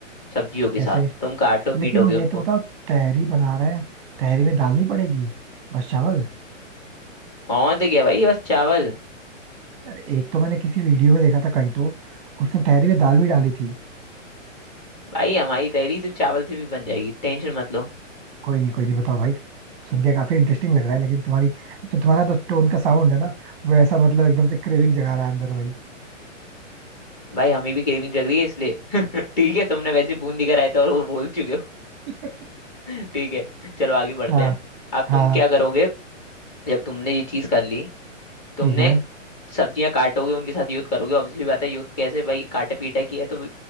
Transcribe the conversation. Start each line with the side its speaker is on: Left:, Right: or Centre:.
Left: सब्जियों के
Right: कैसे
Left: साथ तुम काटो पीटोगे
Right: लेकिन ये
Left: उनको
Right: तो बताओ तहरी बना रहे हैं तहरी में दाल नहीं पड़ेगी बस चावल
Left: कौन थे क्या भाई बस चावल
Right: यार एक तो मैंने किसी वीडियो में देखा था कहीं तो उसने तहरी में दाल भी डाली थी
Left: भाई हमारी तहरी सिर्फ चावल से भी बन जाएगी टेंशन मत लो
Right: कोई नहीं कोई नहीं बताओ भाई सुन के काफी इंटरेस्टिंग लग रहा है लेकिन तुम्हारी जो तुम्हारा तो टोन का साउंड है ना वो ऐसा मतलब एकदम से क्रेविंग जगा रहा है अंदर भाई
Left: भाई हमें भी क्रेविंग जग रही है इसलिए <laughs> ठीक है तुमने वैसे बूंदी का रायता और वो बोल चुके
Right: <laughs>
Left: हो <laughs> ठीक है चलो आगे बढ़ते
Right: हाँ
Left: हैं अब
Right: हाँ
Left: तुम क्या करोगे जब तुमने ये चीज कर ली तुमने
Right: ठीक है
Left: सब्जियां काटोगे उनके साथ यूथ करोगे ऑब्वियसली बात है यूथ कैसे भाई काटा पीटा किया है तो